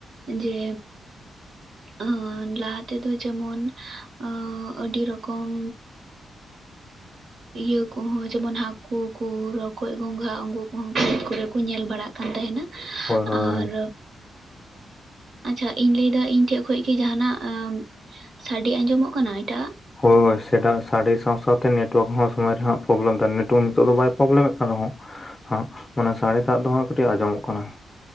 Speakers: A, on the right (about 55°); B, on the left (about 25°).
A: ᱡᱮ ᱟᱨ ᱾ ᱞᱟᱦᱟ ᱛᱮᱫᱚ ᱡᱮᱢᱚᱱ ᱚᱸᱻ ᱟᱹᱰᱤ ᱨᱚᱠᱚᱢᱼᱼ <inaudible> ᱤᱭᱟᱹ ᱠᱚᱦᱚᱸ ᱡᱮᱢᱚᱱ ᱦᱟᱹᱠᱩ ᱠᱚ ᱨᱚᱠᱚᱡ, ᱜᱚᱝᱜᱷᱟ ᱩᱱᱠᱩ ᱠᱚᱦᱚᱸ ᱵᱟᱹᱫᱽ ᱠᱚᱨᱮ ᱠᱚ ᱧᱮᱞ ᱵᱟᱲᱟᱜ ᱠᱟᱱᱟ ᱾ ᱠᱟᱱ ᱛᱟᱦᱮᱱᱟ
B: ᱦᱳᱭ ᱦᱳᱭ
A: ᱟᱨᱼ ᱟᱪᱷᱟ, ᱤᱧ ᱞᱟᱹᱭ ᱮᱫᱟ ᱤᱧ ᱴᱷᱮᱡ ᱠᱷᱚᱭ ᱠᱤ ᱡᱟᱦᱟᱱᱟᱜ ᱥᱟᱰᱮ ᱟᱸᱡᱚᱢᱚᱜ ᱠᱟᱱᱟ ᱮᱴᱟᱜᱼᱟ?
B: ᱦᱚᱭ ᱥᱮᱰᱟᱝ ᱥᱟᱲᱮ ᱥᱟᱶ-ᱥᱟᱶ ᱛᱮ ᱱᱮᱴᱣᱟᱨᱠ ᱦᱚᱸ ᱥᱚᱢᱚᱭ ᱨᱮᱦᱟᱸᱜ ᱯᱨᱚᱵᱽᱞᱮᱢ ᱛᱟᱦᱮᱱᱟ, ᱱᱮᱴᱣᱟᱨᱠ ᱱᱤᱛᱚ ᱱᱤᱛᱚᱜ ᱫᱚ ᱵᱟᱭ ᱯᱨᱚᱵᱽᱞᱮᱢᱮᱫ ᱠᱟᱱ ᱨᱮᱦᱚᱸ᱾ ᱦᱚᱸ ᱚᱱᱟ ᱥᱟᱲᱮᱴᱟᱜ ᱫᱚ ᱦᱟᱸᱜ ᱠᱟᱹᱴᱤᱡ ᱟᱸᱡᱚᱢᱚᱜ ᱠᱟᱱᱟ ᱾